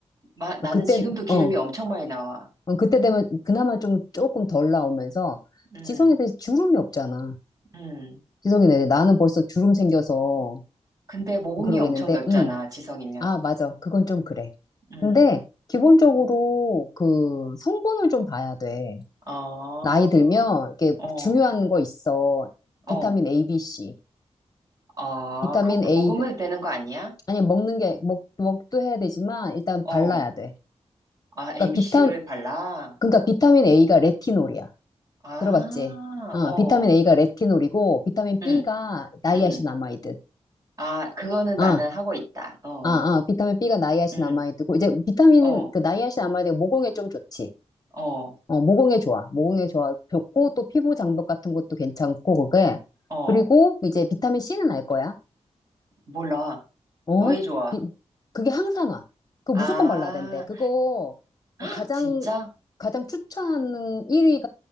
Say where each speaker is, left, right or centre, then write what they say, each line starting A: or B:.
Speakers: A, on the right; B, on the left.
A: 마, 나는
B: 그때,
A: 지금도 기름이
B: 어,
A: 엄청 많이 나와.
B: 어, 그때 되면 그나마 좀 조금 덜 나오면서
A: 응,
B: 지성 애들이 주름이 없잖아.
A: 응.
B: 지성인 애들. 나는 벌써 주름 생겨서
A: 근데 모공이
B: 그러고
A: 엄청
B: 있는데,
A: 넓잖아,
B: 응,
A: 지성이면.
B: 아, 맞아. 그건 좀 그래.
A: 응.
B: 근데 기본적으로 그 성분을 좀 봐야 돼.
A: 아,
B: 나이 들면 이게
A: 어.
B: 중요한 거 있어. 비타민
A: 어,
B: A, B, C.
A: 아,
B: 비타민
A: 그거 그
B: A
A: 먹으면 되는 거 아니야?
B: 아니 먹는 게 먹, 먹도 해야 되지만 일단
A: 어,
B: 발라야 돼.
A: 아, ABC를
B: 그러니까 비타
A: 발라?
B: 그러니까 비타민 A가 레티놀이야.
A: 아,
B: 들어봤지? 어,
A: 어,
B: 비타민 A가 레티놀이고 비타민
A: 응,
B: B가 나이아신아마이드.
A: 응. 아, 그거는
B: 아,
A: 나는 하고 있다. 어,
B: 아, 아, 비타민 B가 나이아신아마이드고
A: 응,
B: 이제 비타민
A: 어,
B: 그 나이아신아마이드가 모공에 좀 좋지.
A: 어,
B: 어, 모공에 좋아. 모공에 좋아. 좋고 또 피부 장벽 같은 것도 괜찮고 그게
A: 어,
B: 그리고 이제 비타민 C는 알 거야.
A: 몰라.
B: 어?
A: 뭐에 좋아?
B: 비- 그게 항산 화. 그거
A: 아,
B: 무조건 발라야 된대. 그거 어,
A: <gasps>
B: 가장,
A: 진짜?
B: 가장 추천하는 1위가